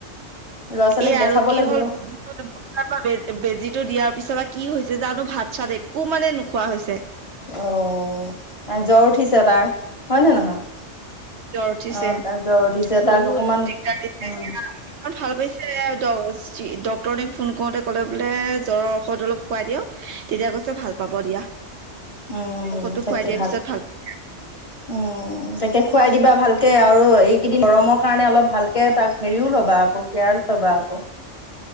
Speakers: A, on the left; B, on the right.
A: ল'ৰা ছোৱালীক
B: এ আৰু
A: দেখাব
B: কি
A: লাগিব
B: হ'ল বেজিৰ পৰা বে বেজিটো দিয়াৰ পৰা পিছৰ বা কি হৈছে জানো ভাত চাত একো মানে নোখোৱা হৈছে।
A: অ' জ্বৰ তাৰ উঠিছে তাৰ হয় নে নহয়?
B: জ্বৰ উঠিছে
A: অ তাৰ জ্বৰ উঠিছে
B: বহুত
A: তাক অকমান
B: দিগদাৰ দিছে,
A: উম
B: এতিয়া অলপ ভাল পাইছে। ডক্টোৰনিক ফোন কৰোঁ‌তে ক'লে বোলে, জ্বৰৰ ঔষধ অলপ খুৱাই দিয়ক তেতিয়া কৈছে ভাল পাব দিয়া।
A: উমমম
B: ঔষধটো
A: তাকে
B: খুৱাই দিয়াৰ
A: ভাল
B: পিছত পাব।
A: উমম তাকে খুৱাই দিবা ভালকে আৰু এইকেইদিন গৰমৰ কাৰণে অলপ ভালকে তাক হেৰিও ল'বা। আকৌ কেয়াৰো ল'বা আক। উ